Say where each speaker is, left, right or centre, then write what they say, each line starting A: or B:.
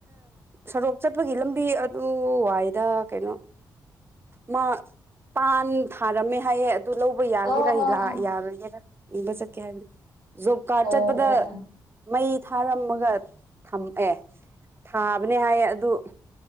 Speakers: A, on the right (about 30°); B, on the right (about 50°).
A: ꯁꯣꯔꯣꯛ ꯆꯠꯄꯒꯤ ꯂꯝꯕꯤ ꯑꯗꯨ ꯋꯥꯏꯗ ꯀꯩꯅꯣ ꯃꯥ ꯄꯥꯟ ꯊꯥꯔꯝꯃꯦ ꯍꯥꯏꯌꯦ ꯑꯗꯨ ꯂꯧ ꯌꯥꯒꯦꯔꯥ
B: ꯑꯣ ꯑꯣ ꯑꯣ
A: ꯌꯥꯔꯣꯏꯒꯦꯔꯥ ꯌꯦꯡꯕ ꯆꯠꯀꯦ ꯍꯥꯏꯕꯅꯤ ꯖꯣꯕ ꯀꯥꯔꯗ
B: ꯑꯣ
A: ꯆꯠꯄꯗ
B: ꯑꯣ ꯑꯣ
A: ꯃꯩ ꯊꯥꯔꯝꯃꯒ ꯊꯝ ꯑꯦ ꯊꯥꯕꯅꯦ ꯍꯥꯏꯌꯦ ꯑꯗꯨ